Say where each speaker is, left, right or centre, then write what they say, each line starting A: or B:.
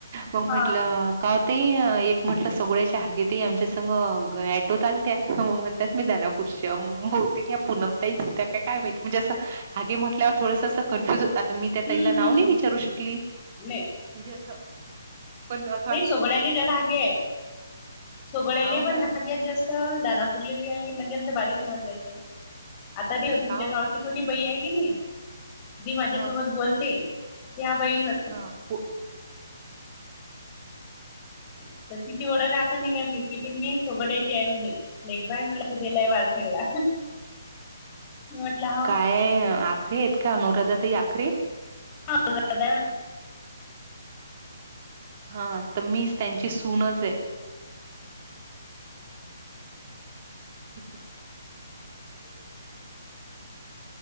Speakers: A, on the right; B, on the left.
A: मंग
B: हा
A: म्हटलं कांव तांई ते एक म्हटलं सगळ्यांच्या हागी ते आमच्यां संंग ॲटोत आल त्यां म्हणतांत मी त्यांना कृषम बूते भवतेक यां पूनमंतांई इंच होत्यां कायं कायं माहिती म्हणजे असं हागे म्हटल्यांवर थोडंसं असं कन्फ्युज मी त्यां
B: हम्म
A: ताईलां नांव
B: हम्म
A: नाहीं
B: हम्म
A: विचारू शकली
B: नाही
A: म्हणजे असं पणं
B: नाहीं सोगड्यांले जास्तं हागे आहेतं सोगड्यांले
A: हाव
B: पणं
A: ना
B: हाग्यांत जास्तं दानांपुरली आहे म्हणजे आमच्यां बारी समाजाचे जास्तं आतां ते तुमच्यां
A: हाव
B: गावं कोणी बई आहे की नाही जी माझ्यासोबत
A: हा
B: बोलते त्या बईण
A: हा हो
B: तर तिची ओळख आता निघाली किथ मी सोगड्यायची आहे म्हणे क बाय मला कधेलाय वार खेळला ी म्हटलं
A: काय आखरे आहेत का अनुराधा तई आखरे
B: ह
A: हा तर मी त्यांची सूनच आहे हचछा